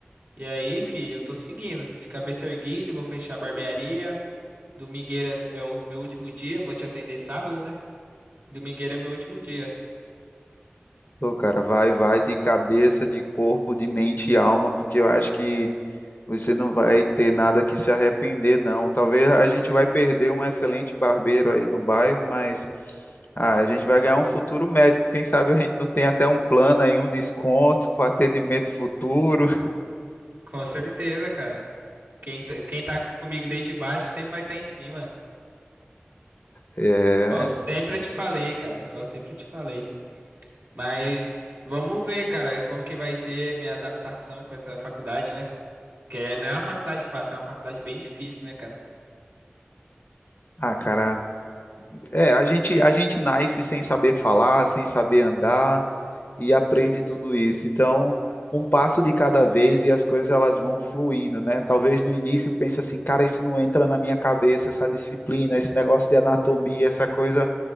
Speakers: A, on the right; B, on the left.
A: E aí, filho, eu tô seguindo, de cabeça erguida, vou fechar a barbearia. Domingueiras é o meu último dia, vou te atender sábado, né? Domingueira é meu último dia.
B: Pô, cara, vai, vai de cabeça, de corpo, de mente e alma, porque eu acho que Você não vai ter nada que se arrepender, não. Talvez a gente vai perder um excelente barbeiro aí no bairro, mas ah, a gente vai ganhar um futuro médico. Quem sabe a gente não tem até um plano aí, um desconto para atendimento futuro.
A: Com certeza, cara. Quem, tá- quem tá comigo desde baixo sempre vai estar em cima.
B: É,
A: Igual sempre eu te falei, cara. Igual sempre eu te falei. Mas vamos ver, cara, como que vai ser minha adaptação com essa faculdade, né? Porque não é uma faculdade fácil, é uma faculdade bem difícil, né, cara?
B: ah, cara, é, a gente, a gente nasce sem saber falar, sem saber andar, e aprende tudo isso. Então, um passo de cada vez e as coisas elas vão fluindo, né? Talvez no início pense assim, cara, isso não entra na minha cabeça, essa disciplina, esse negócio de anatomia, essa coisa